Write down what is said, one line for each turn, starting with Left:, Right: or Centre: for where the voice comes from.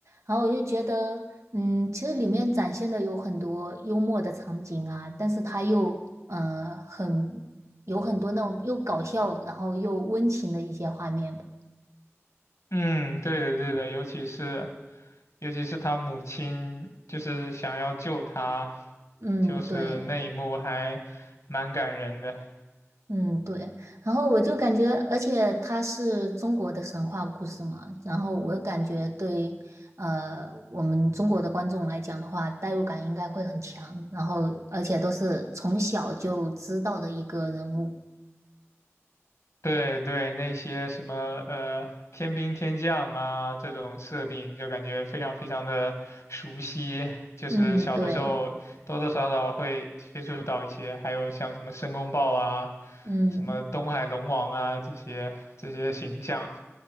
Right: 然后我就觉得，嗯，其实里面展现的有很多幽默的场景啊，但是它又嗯很有很多那种又搞笑，然后又温情的一些画面吧。
Left: 嗯，对的，对的，尤其是尤其是他母亲就是想要救他，
Right: 嗯，
Left: 就是那一幕还蛮感人的。
Right: 对。嗯，对，然后我就感觉，而且它是中国的神话故事嘛，然后我感觉对，呃，我们中国的观众来讲的话，代入感应该会很强，然后而且都是从小就知道的一个人物。
Left: 对对，那些什么呃天兵天将啊这种设定，就感觉非常非常的熟悉，就是小的时候多多少少会接触到一些，
Right: 嗯，对，
Left: 还有像什么申公豹啊、
Right: 嗯，
Left: 什么东海龙王啊这些这些形象。